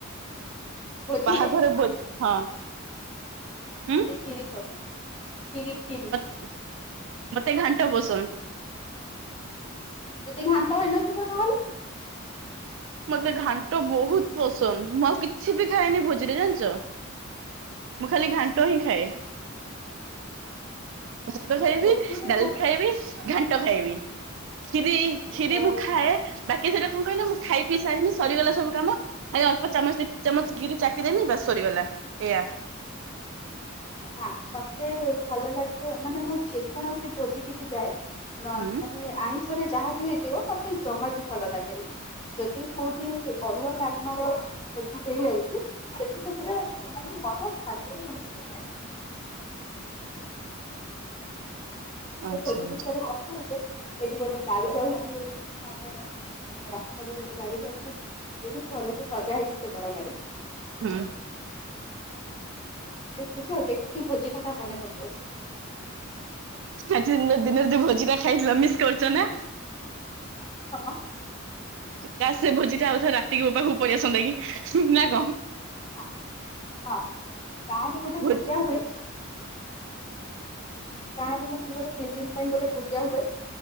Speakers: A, on the left (about 30°); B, on the right (about 65°).
A: ଭୋଜିରେ
B: ବାହାଘର ଭୋଜି ହଁ ହୁଁ
A: ମୋତେ ଖିରି ପସନ୍ଦ ଖିରି ଖିରି
B: ମୋତେ ଘାଣ୍ଟ ପସନ୍ଦ
A: ଯଦି ଘାଣ୍ଟ ହେଇନଥିବ ତାହେଲେ
B: ମତେ ଘାଣ୍ଟ ବହୁତ ପସନ୍ଦ ମୁଁ ଆଉ କିଛି ବି ଖାଏନି ଭୋଜିରେ ଜାଣିଚ। ମୁଁ ଖାଲି ଘାଣ୍ଟ ହିଁ ଖାଏ। ଭାତ
A: ନାଇଁ
B: ଖାଇବି
A: ଭୋଜିରେ
B: ଡାଲି
A: ମତେ
B: ଖାଇବି ଘାଣ୍ଟ ଖାଇବି। କ୍ଷୀରି କ୍ଷୀରି
A: ଆଉ
B: ମୁଁ ଖାଏ ବାକି ସେଟା କଣ କହିଲ ପି ସାଇନି ସରିଗଲା ସବୁ କାମ ଏ ଆଉ ଅଳ୍ପ ଚାମଚ ଦି ଚାମଚ କ୍ଷୀରି ଚାଖିଦେମି ବାସ୍ ସରିଗଲା ଏୟା।
A: ନା ମତେ ଭଲ ଲାଗେ ମାନେ ମୁଁ ଯେକୌଣସି ଭୋଜିିକି ବି ଯାଏ ନ
B: ହୁଁ
A: ମାନେ ଆଇଁଷରେ ଯାହା ବି ହେଇଥିବ ମତେ ଜମାରୁ ଭଲ ଲାଗେନି। ଯଦି କୋଉଠି ଅରୁଆ ଡାଲମାର ଭୋଜି ହେଇଯାଉଚି ସେଠି ତ ପୁରା ମାନେ ମନ ଶାନ୍ତିରେ ମୁଁ ଖାଇଯାଏ।
B: ଆଚ୍ଛା
A: ସେ ଭୋଜି
B: ଆଚ୍ଛା।
A: ବିଷୟରେ କଥା ହଉଛେ ଏଇଠି ଗୋଟେ ଗାଡି ହଉଚି ମାନେ ରାସ୍ତାରେ ଗୋଟେ ଗାଡି ଯାଉଚି ବହୁତ ଭଲ ସେ ସଜା ହେଇଚି ସେ ବର ଗାଡି।
B: ହୁଁ।
A: ଦେଖୁଚି ଆଉ ଦେଖିକି ଭୋଜି କଥା ମନେ ପକଉଚି।
B: ଆଜି ମୋ ଦିନରେ ଯୋଉ ଭୋଜି ଟା ଖାଇଥିଲ ମିସ୍ କରୁଚ ନା।
A: ହଁ
B: ତା ସେ ଭୋଜି ଟା ଆଉଥରେ ରାତିକି ମୋ ପାାଖକୁ ପଳେଇ ଆସନ୍ତା କି ନା କଣ।
A: ହଁ ହଁ ଗାଁ ରେ ଗୋଟେ
B: ହୁଁ
A: ପୂଜା ହୁଏ ଗାଁରେ ଯେମିତି ଗୋଟେ ତିନି ଦିନ ପାଇଁ ଗୋଟେ ପୂଜା ହୁଏ।